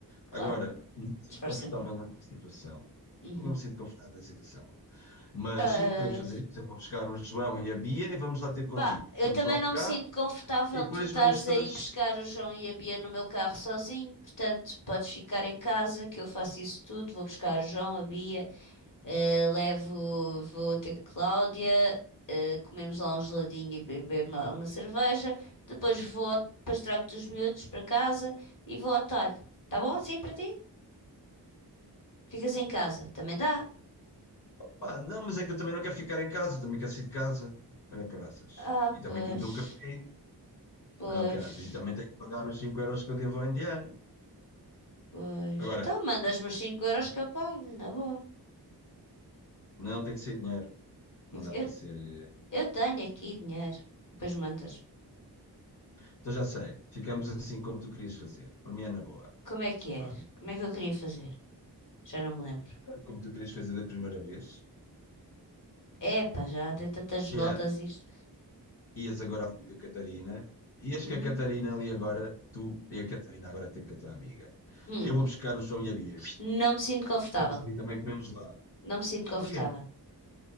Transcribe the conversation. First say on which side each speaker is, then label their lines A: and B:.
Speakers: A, on the left; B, on the left.
A: Claro,
B: Agora, não me sinto
A: disfarça
B: confortável
A: melhor.
B: nessa situação.
A: Uhum.
B: Não me sinto confortável nessa situação. Mas
A: Ah,
B: sim, podemos fazer isso. Eu vou buscar o João e a Bia e vamos lá ter contigo.
A: pá,
B: Ficamos
A: eu também
B: lá
A: não
B: um cá
A: me sinto confortável
B: e depois
A: tu estares
B: vamos todos.
A: aí buscar o João e a Bia no meu carro sozinho, portanto, podes ficar em casa que eu faço isso tudo, vou buscar o João, a Bia. Eh, levo, vou ter com a Cláudia, eh, comemos lá um geladinho e bebemos lá uma cerveja. Depois vou, ao- depois trago-te os miúdos para casa e vou ao talho. Tá bom assim para ti? Ficas em casa, também dá?
B: Pá, não, mas é que eu também não quero ficar em casa, também quero sair de casa. Olha, caraças.
A: Ah,
B: E também
A: pois,
B: quero beber um café.
A: pois,
B: Olha, caraças. E também tenho que pagar os 5 euros que eu devo ao indiano.
A: pois.
B: Agora,
A: Então mandas-me os 5 euros que eu pago, na boa.
B: não tem que ser dinheiro. Não
A: Eu,
B: dá para ser. eh,
A: eu tenho aqui dinheiro. Depois mandas-me.
B: Então já sei, ficamos assim como tu querias fazer. Para mim é na boa.
A: Como é que
B: Pronto.
A: é? Como é que eu queria fazer? Já não me lembro.
B: é Como tu querias fazer da primeira vez,
A: Epá, já deu tantas
B: que
A: voltas
B: era,
A: isto.
B: ias agora ali com a Catarina, ias
A: Uhum.
B: com a Catarina ali agora, tu e a Catarina agora tem com a tua amiga.
A: Hum.
B: Eu vou buscar o João e a Bia.
A: Não me sinto confortável.
B: Vamos ali também comer um gelado.
A: Não me sinto confortável.
B: Porquê?